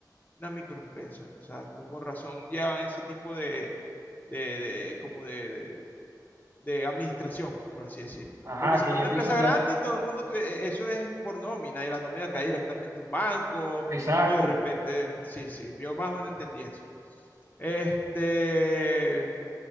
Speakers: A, on the left; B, on the right.
A: una microempresa? Exacto, con razón ya ese tipo de, de, de- como de, de- de administración, por así decirlo.
B: Ajá,
A: Porque si
B: que
A: fuera
B: ya
A: una
B: empiezan
A: empresa
B: ya.
A: grande, todo el mundo tuvi- eh, eso es por nómina y la nómina cae directamente a un banco
B: Exacto.
A: o de repente, sí, sí, yo más o menos entendí eso. Este,